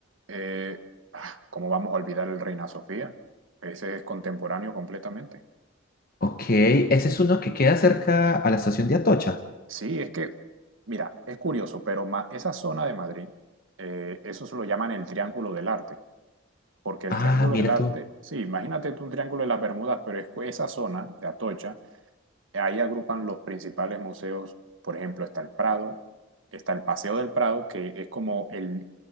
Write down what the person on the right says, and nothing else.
eh, ah, ¿cómo vamos a olvidar el Reina Sofía? Ese es contemporáneo completamente.
Sí, es que, mira, es curioso, pero ma- esa zona de Madrid, eh, eso se lo llaman el Triángulo del Arte. Porque el
Triángulo
del Arte,
sí, imagínate tú un Triángulo de las Bermudas, pero es que esa zona de Atocha, ahí agrupan los principales museos, por ejemplo, está el Prado, está el Paseo del Prado, que es como el,